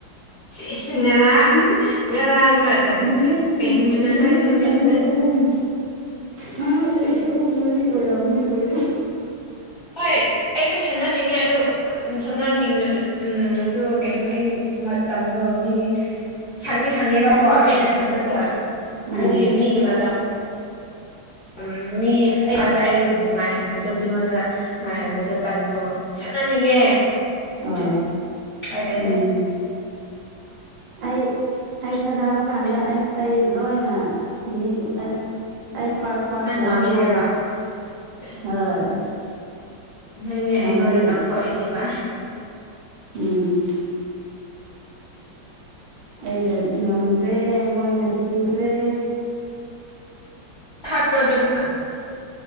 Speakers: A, on the left; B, on the right.
A: ꯁꯤꯁ ꯉꯔꯥꯡ ꯉꯔꯥꯡꯔ
B: ꯅꯨꯃꯤꯠ
A: ꯀꯩ ꯅꯨꯃꯤꯠꯇ
B: ꯅꯨꯃꯤꯠ
A: ꯅꯪ
B: ꯑꯅꯤ
A: ꯅꯪ
B: ꯑꯍꯨꯝ ꯅꯨꯃꯤꯠ
A: ꯁꯤꯁ
B: ꯑꯅꯤ ꯑꯅꯤ ꯑꯍꯨꯝ ꯃꯔꯤ ꯑꯣꯏꯔꯕꯅ ꯀꯨꯏꯔꯦ
A: ꯍꯣꯏ ꯑꯩꯁꯨ ꯁꯥꯟꯅꯅꯤꯡꯉꯦ ꯑꯗꯨ ꯁꯅꯥꯅꯤꯡ ꯎ ꯑꯗꯨ ꯀꯩꯅꯣ ꯑꯩ ꯃꯇꯝ ꯑꯗꯣ ꯃꯤ ꯁꯪꯗꯤ ꯁꯪꯉꯦꯕꯀꯣ
B: ꯑꯩꯗꯣ
A: ꯑꯩꯅ ꯁꯪꯉꯒ
B: ꯎꯝ
A: ꯍꯥꯏꯗꯤ ꯃꯤꯒꯤ ꯃꯇꯝ ꯎꯝ ꯃꯤ ꯑꯩꯉꯣꯟꯗ ꯑꯩ ꯉꯥꯏꯍꯟꯕꯗꯣ ꯃꯤꯉꯣꯟꯗ ꯉꯥꯏꯍꯟꯕꯗꯣ ꯇꯟꯕꯒꯣ ꯆꯠꯅꯅꯤꯡꯉꯦ ꯑꯗꯨ
B: ꯑꯣ
A: ꯎꯄꯥ ꯂꯩꯇꯦ
B: ꯎꯝ ꯑꯩ
A: ꯁꯪꯗꯦ
B: ꯑꯩ ꯁꯥꯟꯅꯕ ꯀꯥꯟꯗ
A: ꯎꯝ
B: ꯑꯁ ꯑꯩ ꯂꯣꯏꯅ ꯃꯤ ꯑꯁ ꯑꯩ ꯐꯥꯔꯥꯁ ꯐꯁ
A: ꯅꯪ
B: ꯂꯥꯎꯏ
A: ꯉꯝꯃꯦ
B: ꯍꯦ
A: ꯍꯥꯏꯔꯣ ꯁꯦꯁ
B: ꯍꯣꯏ
A: ꯅꯪꯅꯦ ꯑꯩꯉꯣꯟꯗ
B: ꯉꯝꯃꯦ
A: ꯆꯥꯝꯊꯣꯛꯏꯅꯦꯕ
B: ꯎꯝ ꯑꯩꯗ ꯉꯝꯈ꯭ꯔꯦ ꯃꯣꯏꯅ ꯁꯤꯈ꯭ꯔꯦ
A: ꯑꯗꯨꯅ